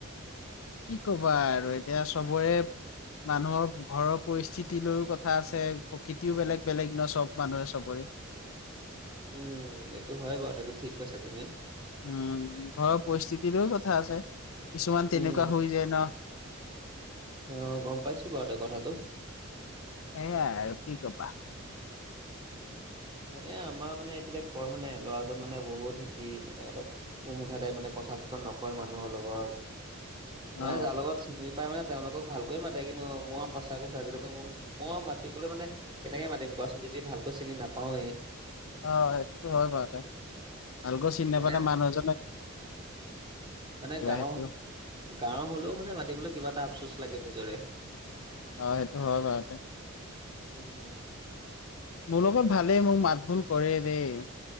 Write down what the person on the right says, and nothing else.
উম এইটো হয় বাৰু এইটো ঠিক কৈছা তুমি।
উম,
অ গম পাইছো বাৰু দে কথাটো
মানে আমাৰ মানে এফালে কয় মানে ল'ৰাজন মানে বহুত হেৰি মানে অলপ উমুঠাতোই মানে কথা চথা নকয় মানুহৰ লগত মানে
যাৰ লগত চিনি পাই মানে তেওঁলোকক ভালকে মাতে কিন্তু মই সঁচা কৈছো আজিলৈকে মই মাতিবলৈ মানে কেনেকে মাতিম কোৱা চোন যদি ভালকৈ চিনি নাপাৱেই
তেনে
মানে গাঁও
গাঁওৰ হলেও মানে মাতিবলৈ কিবা এটা আফচোচ লাগে নিজৰে
উম,